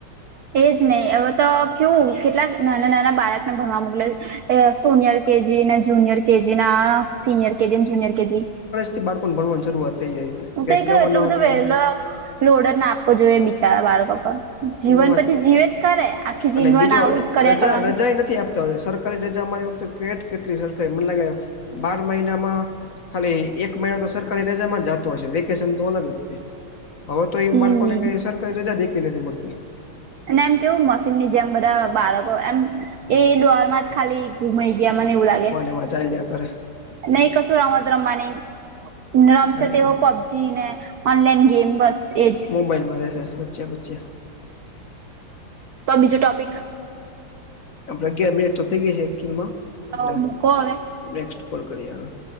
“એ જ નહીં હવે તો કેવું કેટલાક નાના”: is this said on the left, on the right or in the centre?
Right